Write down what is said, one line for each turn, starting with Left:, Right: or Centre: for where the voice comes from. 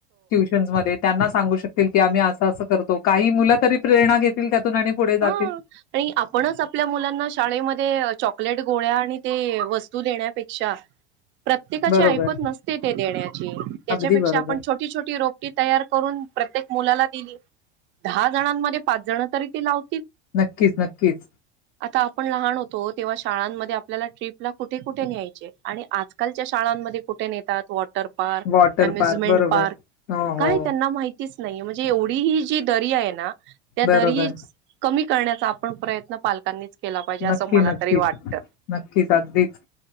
Left: ट्युशन् मध्ये त्यांना सांगू शकतील की आम्ही असं असं करतो काही मुलं तरी प्रेरणा घेतील त्यातून आणि पुढे जातील.
Right: हा. आणि आपणच आपल्या मुलांना शाळेमध्ये चॉकलेट गोळ्या आणि ते वस्तू देण्यापेक्षा प्रत्येकाची
Left: बरोबर
Right: ऐपत नसते ते देण्याची त्याच्यापेक्षा
Left: अगदी बरोबर
Right: आपण छोटी छोटी रोप तयार करून प्रत्येक मुलाला दिली दहा जणांमध्ये पाच जण तरी ती लाव
Left: नक्कीच नक्कीच.
Right: आता आपण लहान होतो तेव्हा शाळांमध्ये आपल्याला ट्रीपला कुठे कुठे न्यायचे. आणि आजकालच्या शाळांमध्ये कुठे नेतात व वॉटर पार्क,
Left: वॉटर
Right: अम्यमेंट
Left: बरोबर
Right: पार्क
Left: हो
Right: काय
Left: हो
Right: त्यांना माहि च नाही म्हणजे एवढी ही जी दरी आहे ना त्या
Left: बरोबर
Right: दरी कमी करण्याचा आपण प्रयत्न पालकांनीच केला पाहिजे असं
Left: नक्की
Right: मला
Left: नक्कीच
Right: तरी वाटतं
Left: नक्कीच अगदीच